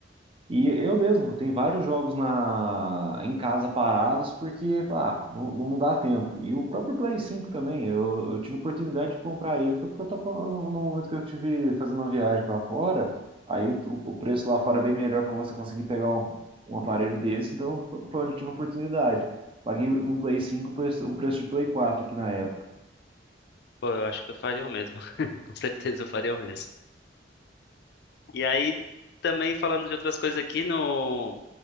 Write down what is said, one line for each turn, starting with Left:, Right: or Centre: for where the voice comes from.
Right: E eu mesmo, tem vários jogos na, em casa parados porque ah, não, não dá tempo. E o próprio Play cinco também, eu, eu tive oportunidade de comprar ele, foi porque eu tô, com- no momento que eu tive fazendo uma viagem para fora, aí o, o preço lá fora é bem melhor para você conseguir pegar um, um aparelho desse, então fo- foi onde eu tive a oportunididade. Paguei num Play cinco um preço um preço de Play quatro aqui na época.
Left: Pô, eu acho que eu faria o mesmo. <laughs> Com certeza eu faria o mesmo. E aí, também falando de outras coisas aqui, no,